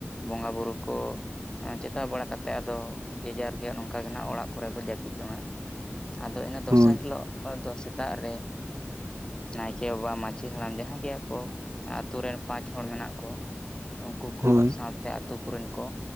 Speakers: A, on the left; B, on the right.
A: ᱵᱚᱸᱜᱟ ᱵᱩᱨᱩ ᱠᱚ ᱪᱮᱛᱟ ᱵᱟᱲᱟ ᱠᱟᱛᱮᱜ ᱟᱫᱚ ᱡᱮ ᱡᱟᱨ ᱜᱮ ᱱᱚᱝᱠᱟ ᱜᱮ ᱱᱟᱜ ᱚᱲᱟᱜ ᱠᱚᱨᱮ ᱠᱚ ᱡᱟᱹᱯᱤᱫ ᱡᱚᱝᱼᱟ ᱟᱫᱚ ᱤᱱᱟᱹ ᱫᱚᱥᱟᱨ
B: ᱦᱳᱭ
A: ᱦᱤᱞᱳᱜ ᱫᱚ ᱥᱮᱛᱟᱜ ᱨᱮ ᱱᱟᱭᱠᱮ ᱵᱟᱵᱟ ᱢᱟᱺᱡᱷᱤ ᱦᱟᱲᱟᱢ ᱡᱟᱦᱟᱸᱭ ᱜᱮ ᱟᱛᱩᱨ ᱨᱮᱱ ᱯᱟᱸᱪ ᱦᱚᱲ ᱢᱮᱱᱟᱜ ᱠᱚ ᱩᱱᱠᱩ ᱠᱚ
B: ᱦᱳᱭ ᱦᱳᱭ
A: ᱥᱟᱶᱛᱮ ᱟᱹᱛᱩᱳ ᱠᱚᱨᱮᱱ ᱠᱚ